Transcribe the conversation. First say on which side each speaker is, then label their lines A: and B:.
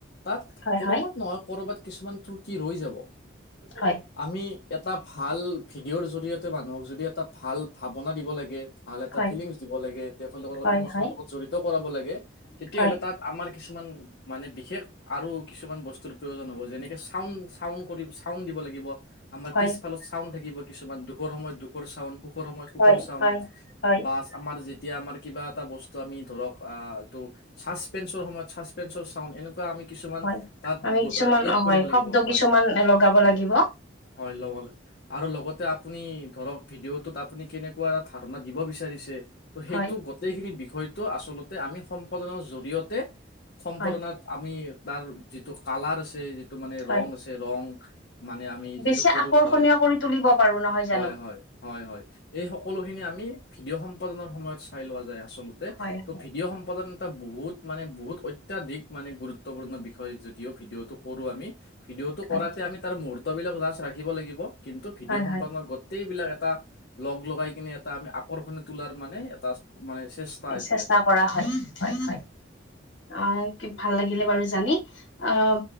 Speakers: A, on the left; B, on the left.
A: তাত
B: হয়
A: কৰবাত
B: হয়
A: নহয় কৰবাত কিছুমান ত্ৰুটি ৰৈ যাব।
B: হয়
A: আমি এটা ভাল। ভিডিঅ'ৰ জৰিয়তে মানুহক যদি এটা ভাল ভাৱনা দিব লাগে। ভাল এটা
B: হয়
A: ফিলিংছ দিব লাগে তেখেতসলকৰ লগত
B: হয়
A: ইমচনেল
B: হয়
A: লগত জড়িত কৰাব লাগে
B: হয়
A: তেতিয়াহ'লে তাত আমাৰ। কিছুমান মানে বিশেষ আৰু কিছুমান বস্তুৰ প্ৰয়োজন হব যেনেকে চাউন চাউ। কৰি চাউণ্ড দিব লাগিব। আমাৰ
B: হয়
A: পিছফালত চাউণ্ড থাকিব কিছুমান দুখৰ সময়ত দুখৰ চাউণ্ড সুখৰ সময়ত সুখৰ
B: হয়
A: চাউণ্ড।
B: হয় হয়
A: বাছ আমাৰ যি। এতিয়া আমাৰ কিবা এটা বস্তু আমি ধৰক আহ এইটো চাচপেন্চৰ সময়ত চাচপেচৰ চাউন এনেকুৱা আমি। কিছুমান
B: হয়
A: তাত
B: আমি কিছুমান
A: এড
B: অ
A: কৰিব
B: হয়
A: লাগিব
B: শব্দ
A: হয়।
B: কিছুমান লগাব
A: হয়
B: লাগিব
A: হয় লব লাগিব আৰু লগতে আপুনি ধৰক ভিদিওতোত আপোনি কেনেকোৱা ধাৰনা দিব বিচাৰিছে ত সেইটো
B: হয়
A: গোটেইখিনি বিষয় হয়তো আচলতে আমি সম্পদনৰ জৰিয়তে সম্পদনাত
B: হয়
A: আমি। তাৰ যিটো কালাৰ আছে যিটো মানে
B: হয়
A: ৰং আছে। ৰং মানে আমি
B: বেছি
A: যিটো কৰো
B: আকৰ্ষণীয়
A: হয়
B: কৰি তুলিব পাৰো নহয় জানো
A: হয় হয় হয় হয়। এই সকলোখিনি আমি ভিডিঅ' সম্পাদনৰ সময়ত চাই লোৱা যায় আচলতে
B: হয়
A: ত'
B: হয়
A: ভিডিঅ' সম্পাদন। এটা বহুত মানে বহুত অত্যাধিক মানে গুৰুত্বপূৰ্ণ বিষয় যদিও ভিডিঅ'টো কৰো আমি। ভিডিঅ'টো
B: হয়
A: কৰাতে আমি তাৰ মুহৰ্তবিলাক লাচ ৰাখিব লাগিব কিন্তু ভিডিঅ'
B: হয়
A: সম্পন্ন।
B: হয়
A: গোটেইবিলাক এটা লগ লগাই কিনে এটা আমি আকৰ্ষণ তোলাৰ মানে এটা। মানে এইটো
B: চেষ্টা
A: এটা।
B: কৰা হয় হয় হয় অ কি ভাল লাগিল। বাৰু জানি আহ